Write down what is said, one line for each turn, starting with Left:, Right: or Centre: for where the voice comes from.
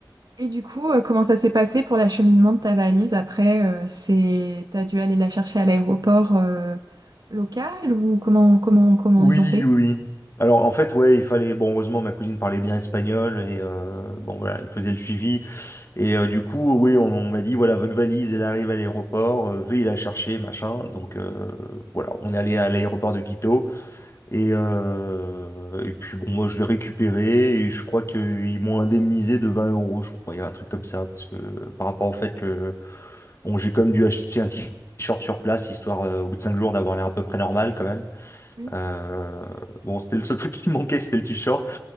Right: Et du coup, euh, comment ça s'est passé pour l'acheminement de ta valise après, euh, c'est, t'as dû aller la chercher à l'aéroport, euh, local ou comment, comment, comment
Left: Oui,
Right: ils ont fait?
Left: oui. oui. Alors en fait, ouais, il fallait. Bon, heureusement, ma cousine parlait bien espagnol et euh, bon voilà, elle faisait le suivi. Et euh, du coup, oui, on, on m'a dit voilà, votre valise, elle arrive à l'aéroport, euh, veuillez la chercher, machin. Donc euh, voilà, on est allé à l'aéroport de Quito et euh, et puis bon, moi je l'ai récupéré et je crois qu'ils m'ont indemnisé de 20 euros, je crois, il y a un truc comme ça parce que euh, par rapport au fait que bon, j'ai comme dû acheter un t-shirt sur place histoire euh, au bout de 5 jours d'avoir l'air à peu près normal quand même.
Right: Oui.
Left: Euh, bon, c'était le seul truc qui <laughs> manquait, c'était le t-shirt.